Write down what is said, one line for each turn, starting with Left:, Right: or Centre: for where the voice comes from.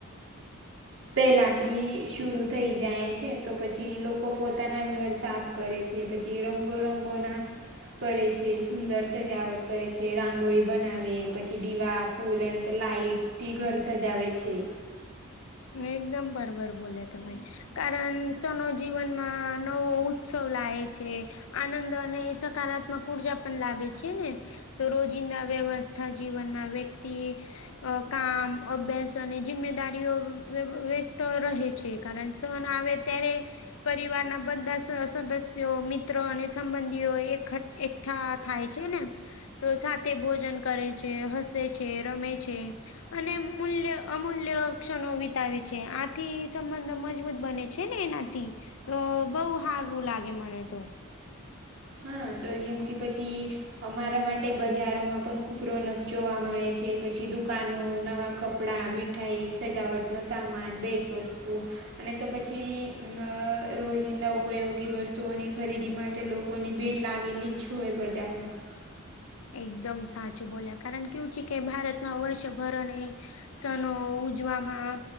Left: <unintelligible>
Right: પહેલાંથી શૂરૂ થઈ જાય છે તો પછી લોકો પોતાના ઘર સાફ કરે છે પછી રંગો રંગો ના કરે છે સુંદર સજાવટ કરે છે રાંગ હોળી બનાવે પછી દીવા ફૂલ અને તો લાઈટથી ઘર સજાવે છે.
Left: એકદમ બરબર બોલ્યા તમે કારણ સનો જીવનમાં નવો ઉત્સવ લાએ છે. આનંદ અને સકારાત્મક ઉર્જા પણ લાવે છે ને તો રોજિંદા વ્યવસ્થા જીવનમાં વ્યક્તિ અ કામ અભ્યસ અને જિમ્મેદારીઓ વ્યસ્ત રહે છે કારણ સન આવે ત્યારે પરિવારના બધા સદસ્યો મિત્રો અને સંબંધીઓ એકઠ એક થાય છે ને તો સાથે ભોજન કરે છે હસે છે રમે છે અને મૂલ્ય અમૂલ્ય ક્ષણ વી તાવે છે આથી સંબંધ મજબૂત બને છે ને એનાથી તો બઉુ હારું લાગે મને તો
Right: હા તો જેમ કે પછી અમારા માટે બજારોમાં પણ ખૂબ રોનક જોવા મળે છે પછી દુકાનો નવા કપ કપડાં મીઠાઈ સજાવટનો સામાન ભેટવસ્તુ અને તો પછી અ રોજિંદા ઉપયોગી વસ્તુઓની ખરીદી માટે લોકોની ભીડ લાગેલી છું હે બજારમાં
Left: એકદમ સાચું બોલ્યા કારણ કેવું છે કે ભારતમાં વર્ષભરને સનો ઉજવામાં